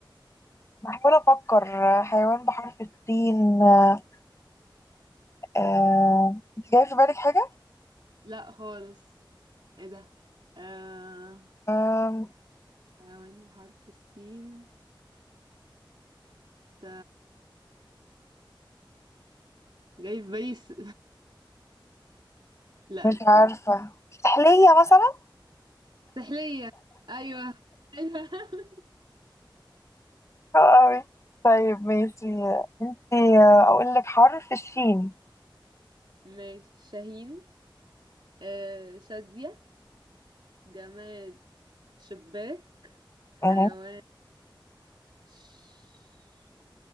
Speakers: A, on the left (about 35°); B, on the right (about 70°).
A: بحاول افكر آه، حيوان بحرف السين آه، آه، انت جاي في بالك حاجة؟
B: لا خالص ايه ده آه
A: آم،
B: حيوان بحرف السين س جاي في بالي س... <laughs> لا
A: مش
B: استنى
A: عارفة سحلية مثلا؟
B: سحلية ايوه ايوه <laughs>
A: آه، أوي طيب ماشي انت آه، اقول لك حرف الشين
B: ماشي شاهين آه شادية جماد شباك حيوان
A: أهو.
B: ش-